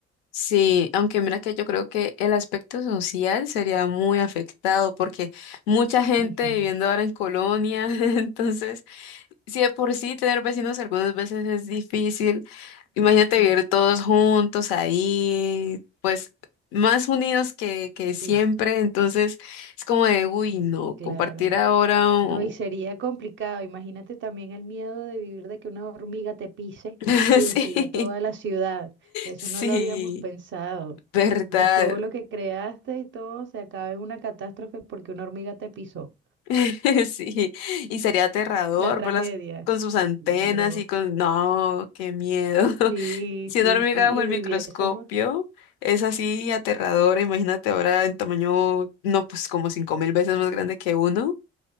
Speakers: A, on the left; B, on the right.
A: Sí, aunque mira que yo creo que el aspecto social sería muy afectado porque mucha gente
B: Ujú.
A: viviendo ahora en colonia, <laughs> entonces Si de por sí tener vecinos algunas veces es difícil, imagínate
B: Mm,
A: vivir todos juntos ahí, pues más unidos que, que siempre,
B: sí, sí,
A: entonces es como de, uy, no, compartir
B: claro.
A: ahora, oh".
B: No, y sería complicado. Imagínate también el miedo de vivir de que una hormiga te pise
A: <laughs>
B: y destruya
A: Sí,
B: toda la ciudad. Eso
A: sí,
B: no lo habíamos pensado.
A: verdad,
B: Y todo lo que creaste y todo se acaba en una catástrofe porque una hormiga te pisó.
A: <laughs> sí, y sería aterrador
B: La tragedia.
A: verlas con sus antenas
B: Claro.
A: y con, no, qué miedo.
B: Sí,
A: Si una
B: sí,
A: hormiga
B: sí.
A: bajo
B: Y
A: el
B: viviésemos.
A: microscopio es así aterradora, imagínate ahora en tamaño, no, pues como cinco mil veces más grande que uno.